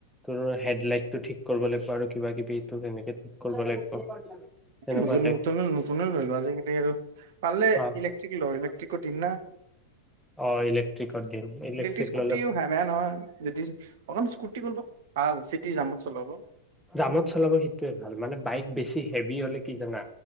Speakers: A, in the centre; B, on the right.
A: তোৰ হেডলাইট। টো ঠিক কৰিব লাগিবোৱা আৰু কিবা কিবি তেনেকে। ঠিক কৰিব লাগিব তেনেকুৱা
B: নতুন
A: টাইপ
B: নতুন নতুন ললো আজিকালি আৰু পাৰিল
A: অ
B: ইলেক্ট্ৰিক লওঁ ইলেক্ট্ৰিক কঠি ন
A: অ ইলেক্ট্ৰিকত দিম ইলেক্ট্ৰিক
B: লেটিজ স্কুটিও
A: ললে
B: হে বেয়া নহয় লেটি অখন স্কুটি কোনটো ভাল চিটি জামত চলাব
A: জামত চলাব সেইটোৱে ভাল মানে বাইক বেছি হেভি হলে কি জানা